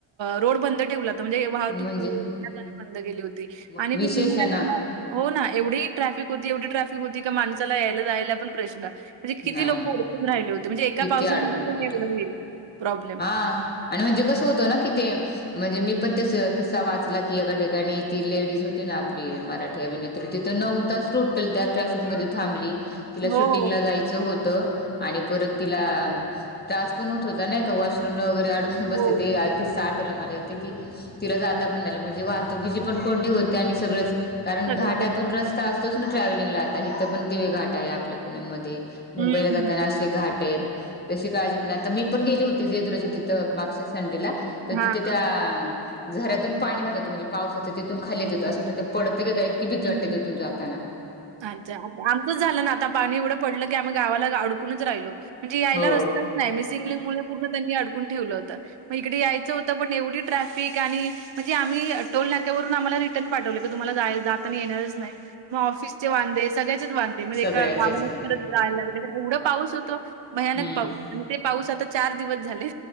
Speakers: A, on the right; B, on the left.
A: रोड बंद ठेवलाता म्हणजे वाहतूक
B: म्हणजे
A: बंद केली होती
B: मग
A: आणि
B: विशेष आहे
A: नाल्याला
B: ना
A: हो ना एवढी ट्रॅफिक होती एवढी ट्रॅफिक होती का माणसाला यायला, जायला पण प्रश्न म्हणजे किती
B: नाही
A: लोक
B: ना
A: अडकून राहिले होते म्हणजे एका
B: किती
A: पावसामध्ये
B: अडकून
A: पण
B: राहिले
A: एवढं प्रॉब्लेम
B: हा आणि म्हणजे कसं होतं ना कि ते म्हणजे मी पण त्या किस्सा वाचला की एका ठिकाणी ती लेडीज होती ना आपली मराठी अभिनेत्री तर तिथं नऊ तास टोटल त्या ट्रॅफिकमध्ये थांबली तिला
A: हो,
B: शूटिंगला जायचं होतं आणि परत तिला त्रास पण होत होता नाही वॉशरूम ला वगैरे अडकून बसते
A: हो.
B: ते किस्सा आठवलं मला एक की तिला जाता पण नाही आलं म्हणजे वाहतुकीची पण कोंडी होते आणि सगळंच कारण
A: सगळंच
B: घाटातून
A: होतं.
B: रस्ता असतोच ना ट्रॅव्हलिंगला इथं पण दिवेघाट आहे आपल्या पुण्यामध्ये मुंबईला
A: हं.
B: जाताना घाट आहेत तशी काळजी पण आता मी पण गेली होती जेजुरीच्या तिथ मागच्या संडेला तर
A: हां.
B: तिथे त्या झऱ्यातून पाणी वातत म्हणजे पावसाचं तिथून खालीच येतं असं वातं ते पडतं का इतकी भिती वाटते
A: हं.
B: तिथून जाताना
A: अच्छा आमचंच झालं ना आता पाणी एवढं पडलं की आम्ही गावाला अडकूनच राहिलो म्हणजे यायला
B: हो.
A: रस्ताच नाही मिसिंग लिंक मुळे पूर्ण त्यांनी अडकून ठेवलं होतं मग इकडे यायचं होतं पण एवढी ट्रॅफिक आणि म्हणजे आमी आ टोल नाक्यावरून आमाला रिटर्न पाटवले की तुम्हाला जाताना येणारच नाई म ऑफिस चे वांदे सगळ्याचेच वांदे म्हणजे
B: सगळ्याचेच
A: एका गावालाच
B: आहे.
A: परत जायला लागले कारण एवढं पाऊस होतो भयानक
B: हम्म
A: पाऊस आणि ते पाऊस आता चार दिवस झाले